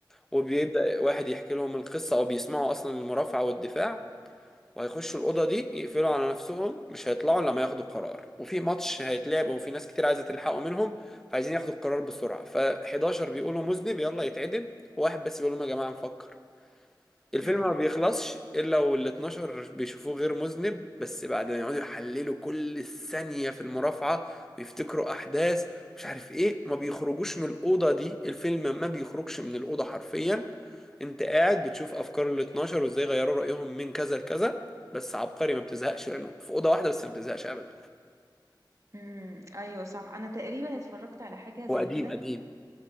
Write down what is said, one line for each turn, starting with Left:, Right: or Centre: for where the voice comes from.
Centre: وبيبدأ واحد يحكي لهم القصة أو بيسمعوا أصلا المرافعة والدفاع وهيخشوا الأوضة دي يقفلوا على نفسهم مش هيطلعوا إلا لما ياخدوا قرار وفي ماتش هيتلعب وفي ناس كتير عايزة تلحقوا منهم فعايزين ياخدوا القرار بسرعة ف11 بيقولوا مذنب يلا يتعدم وواحد بس بيقول لهم يا جماعة نفكر الفيلم
Right: امم
Centre: ما بيخلصش الا وال 12 بيشوفوه غير مذنب بس بعد ما يقعدوا يحللوا كل ثانية في المرافعة ويفتكروا احداث مش عارف ايه ما بيخرجوش من الاوضة دي الفيلم ما بيخرجش من الاوضة حرفيا انت قاعد بتشوف افكار ال 12 وازاي غيروا رأيهم من كذا لكذا بس عبقري ما بتزهقش لانه في اوضة واحدة بس ما بتزهقش ابدا
Right: امم ايوه صح انا تقريبا اتفرجت على حاجه زي
Centre: هو قديم
Right: كده
Centre: قديم